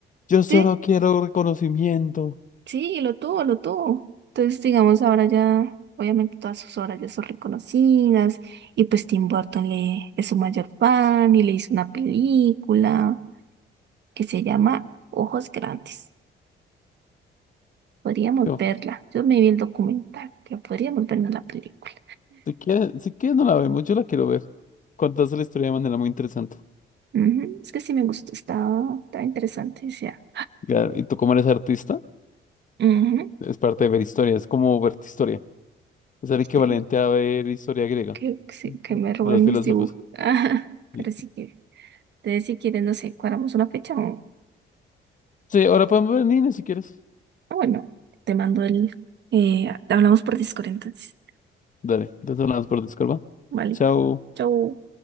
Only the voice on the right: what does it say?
Sí,
sí, y lo tuvo, lo tuvo. Entonces, digamos, ahora ya, obviamente todas sus obras ya son reconocidas y pues Tim Burton le, es su mayor fan y le hizo una película que se llama Ojos Grandes. Podríamos
verla. Yo me vi el documental, pero podríamos vernos la película.
Ujú, Es que sí me gustó, estaba, estaba interesante. o sea,
ujú,
Sí,
que, sí,
que me roben
mis dibujos. <laughs> Ajá, Pero
sí que, entonces si quieres, no sé, cuadramos una fecha o,
o bueno, te mando el, eh, hablamos por Discord entonces.
Vale, listo.
Chau.